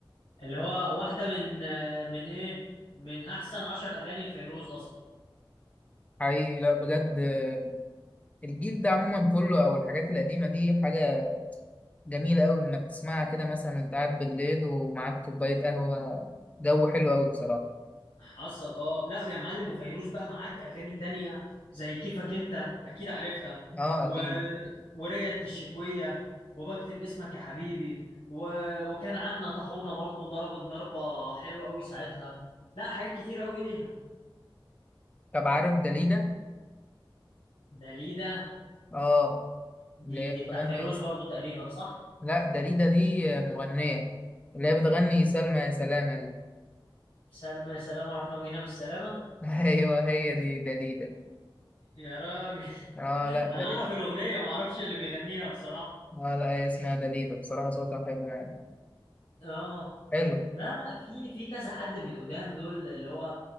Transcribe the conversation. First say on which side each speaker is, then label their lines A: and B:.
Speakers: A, on the left (about 85°); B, on the left (about 15°).
A: اللي هو واحدة من آه من ايه من احسن عشر اغاني لفيروز اصلا
B: حقيقي لا بجد آه، الجيل ده عموما كله او الحاجات القديمة دي حاجة جميلة قوي انك تسمعها كده مثلا وانت قاعد بالليل ومعاك كوباية قهوة جو حلو قوي بصراحة
A: حصل اه لا يا معلم وفيروز بقى معاك اغاني تانية زي كيفك انت اكيد عارفها
B: اه
A: و...
B: اكيد
A: ورجعت الشتوية وبكتب اسمك يا حبيبي و... وكان عنا طحونة برضو ضربت ضربة حلوة قوي ساعتها لا حاجات كتير قوي ليها
B: طب عارف داليدا
A: ده ليه ده
B: اه
A: دي
B: اللي هي
A: دي
B: بتغني
A: بتاع فيروز برضو تقريبا صح
B: لا داليدا دي آه، مغنية اللي هي بتغني سلمى يا سلامة دي
A: سلمى يا سلامة رحنا وجينا بالسلامة
B: ايوه هي دي دليدة
A: يا راجل
B: اه
A: <laughs>
B: لا دليدة
A: انا اعرف الاغنية ما اعرفش اللي بيغنيها بصراحة
B: اه لا هي اسمها دليدة بصراحة صوتها حلو يعني
A: اه
B: حلو
A: لا لا في في كذا حد من القدام دول اللي هو